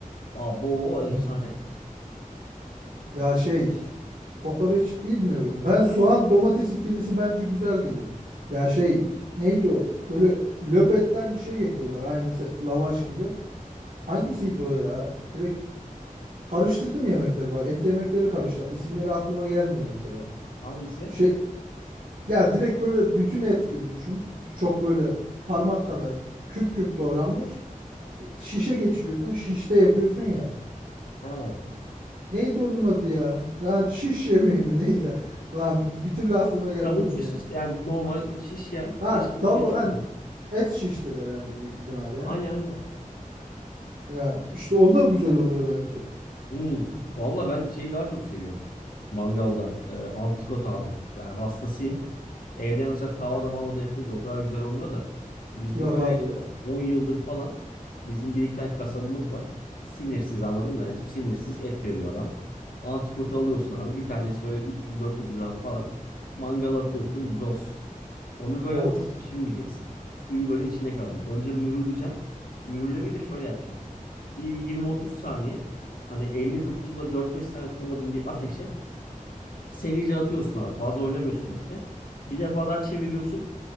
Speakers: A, on the left; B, on the right.
A: Aa bu efsane.
B: hmm. Ya şey kokoreç bilmiyorum. Ben soğan domates ikilisi bence güzel geliyor. Ya şey neydi o? Böyle löpetten bir şey yapıyorlar aynısı lavaş gibi. Hangisiydi o ya? Direkt karıştırdım yemekleri bak et yemekleri karıştı. İsimleri aklıma gelmiyor mesela.
A: Hangisi?
B: Şey ya direkt böyle bütün et gibi düşün. Çok böyle parmak kadar küp küp doğranmış. Şişe geçiriyorsun şişte yapıyorsun ya.
A: Ha.
B: Neydi onun adı ya? Lan şiş yemeği mi neydi? Lan bir türlü aklıma
A: Şiş,
B: gelmedi
A: tavuk şiş
B: ya.
A: işte. yani normal şiş ya.
B: Ha
A: Şiş deyip
B: tavuk
A: geçiyorum.
B: lan et şiştir herhalde büyük ihtimal ya.
A: Aynen aynen.
B: Ya işte onda güzel oluyor bence.
A: Hmm. Valla ben şeyi daha çok seviyorum. Mangalda. E, antrikot abi. Yani hastasıyım. Evde mesela tavada mavada yapınca o kadar güzel olmuyor da. Biz
B: Yok
A: böyle
B: abi ya.
A: 10 yıldır falan bizim bir iki tane kasabımız var. Sinirsiz anladın mı? Yani sinirsiz et veriyor adam. Antrikotu alıyorsun abi. Bir tanesi böyle 300-400 gram falan. Mangala atıyorsun. Cos. Onu böyle
B: Of.
A: ama çok pişirmeyeceksin. Suyu böyle içinde kalacak. Önce mühürleyeceksin. Mühürlemeyi de şöyle yapacağım. Bir 20-30 saniye Hani elini tuttuğunda dört beş saniye tutamadığın bir ateşe serice atıyorsun abi. Fazla oynamıyorsun hep de. Bir defa daha çeviriyorsun.